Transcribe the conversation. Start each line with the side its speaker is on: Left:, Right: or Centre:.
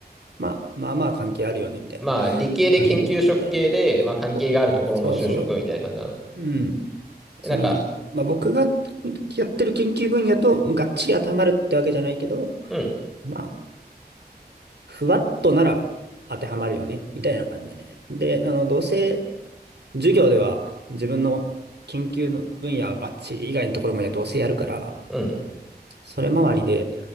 Right: まあ、まあまあ関係あるよね、みたいな
Centre: まあ、理系で研究職系で、
Right: 感じだね。
Centre: まあ、関係があるところの就職みたいな感じなの。
Right: そうだね。そうそう。うん。
Centre: えなんか、
Right: その、まあ、僕がやってる研究分野と、もうがっちり当てはまるってわけじゃないけど、
Centre: うん、
Right: まあ、ふわっとなら当てはまるよね、みたいな感じだね。で、あの、どうせ、授業では自分の研究の分野バッチリ以外のところもやどうせやるから、
Centre: うん。
Right: それ周りで